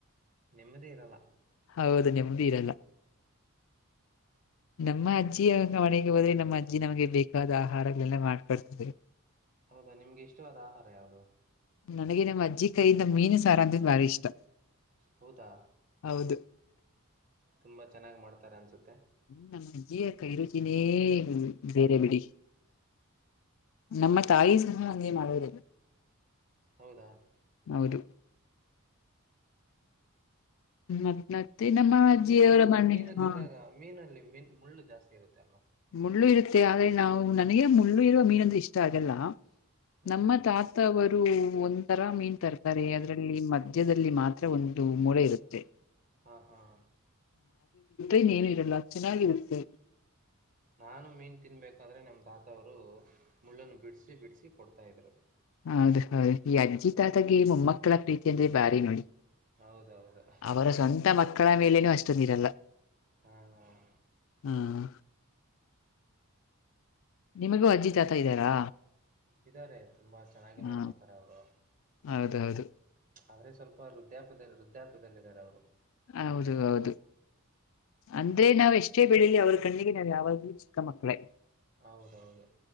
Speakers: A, on the right; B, on the left.
A: ನೆಮ್ಮದಿ ಇರಲ್ಲ.
B: ಹೌದು ನೆಮ್ಮದಿ ಇರಲ್ಲ. ನಮ್ಮ ಅಜ್ಜಿಂಗ ಮನೆಗೆ ಹೋದ್ರೆ, ನಮ್ಮ ಅಜ್ಜಿ ನಮ್ಗೆ ಬೇಕಾದ ಆಹಾರಗಳೆಲ್ಲ ಮಾಡ್ಕೊಡ್ತದೆ.
A: ಹೌದಾ ನಿಮಗೆ ಇಷ್ಟವಾದ ಆಹಾರ ಯಾವುದು
B: ನನಗೆ ನಮ್ಮ ಅಜ್ಜಿ ಕೈಯಿಂದ ಮೀನು ಸಾರ ಅಂದ್ರೆ ಬಾರಿ ಇಷ್ಟ.
A: ಹೌದಾ
B: ಹೌದು
A: ತುಂಬಾ ಚೆನ್ನಾಗಿ ಮಾಡ್ತಾರೆ ಅನ್ಸುತ್ತೆ.
B: ನಮ್ ಅಜ್ಜಿಯ ಕೈ ರುಚಿನೇ ಬೇರೆ ಬಿಡಿ. ನಮ್ಮ ತಾಯಿ ಸಹ ಹಂಗೆ ಮಾಡೋದು.
A: ಹೌದಾ! !
B: ಹೌದು ಮತ್ತ ನಮ್ ಅತ್ತೆ ನಮ್ಮ ಅಜಿಯವರ
A: ಮೀನು
B: ಮ್ಣಿ ಹಾ
A: ತಿಂದಾಗ ಮೀನಲ್ಲಿ ಮೀನು ಮುಳ್ಳು ಜಾಸ್ತಿ ಇರುತ್ತೆ ಅಲ್ವಾ.
B: ಮುಳ್ಳು ಇರುತ್ತೆ, ಆದ್ರೆ ನಾವು ನನಗೆ ಮುಳ್ಳು ಇರುವ ಮೀನು ಅಂದ್ರೆ ಆಗಲ್ಲ.
A: ಹಾಂ
B: ನಮ್ಮ ತಾತವರು. ರು ಒಂಥರ ಮೀನ್ ತರ್ತಾರೆ, ಅದರಲ್ಲಿ ಮಧ್ಯದಲ್ಲಿ ಮಾತ್ರ ಒಂದು ಮೂಳೆ ಇರುತ್ತೆ.
A: ಹಾ, ಹಾ! !
B: ಏನ್ ಏನೂ ಇರಲ್ಲ ಚೆನ್ನಾಗಿರುತ್ತೆ.
A: ನಾನು ಮೀನ್ ತಿನ್ನಬೇಕಾದ್ರೆ ನಮ್ ತಾತವರು ಮುಳ್ಳನ್ನು ಬಿಡ್ಸಿ, ಬಿಡಸಿ ಕೊಡ್ತಾ ಇದ್ರು.
B: ಹೌದು, ಹೌದು ಈ ಅಜ್ಜಿ ತಾತಗೆ ಮೊಮ್ಮಕ್ಕಳ ಪ್ರೀತಿ, ಅಂದ್ರೆ ಬಾರಿ ನೋಡಿ.
A: ಹೌದೌದು ಅಹಂ.
B: ಅವರ ಸ್ವಂತ ಮಕ್ಕಳ ಮೇಲೆನು ಅಷ್ಟೊಂದು ಇರಲ್ಲ.
A: ಹಾಂ
B: ಹ್ಮ್ ನಿಮಗೂ ಅಜ್ಜಿ ತಾತ ಇದ್ದಾರಾ?
A: ಇದಾರೆ ತುಂಬಾ ಚೆನ್ನಾಗಿ,
B: ಹ
A: ನೋಡ್ಕೋತಾರೆ ಅವರು.
B: ಹೌದೌದು ಹೌದು
A: ಆದ್ರೆ ಸ್ವಲ್ಪ ವೃದ್ಯಾಪದ, ವೃದ್ಧ್ಯಾಪದಲ್ಲಿ ಇದ್ದಾರೆ ಅವರು.
B: ಹೌದು, ಹೌದು. ಅಂದ್ರೆ ನಾವ್ ಎಷ್ಟೇ ಬೆಳಿಲಿ, ಅವ್ರ ಕಣ್ಣಿಗೆ ನಾವ್ ಯಾವಾಗ್ಲೂ ಚಿಕ್ಕ ಮಕ್ಳೇ.
A: ಹೌದೌದು.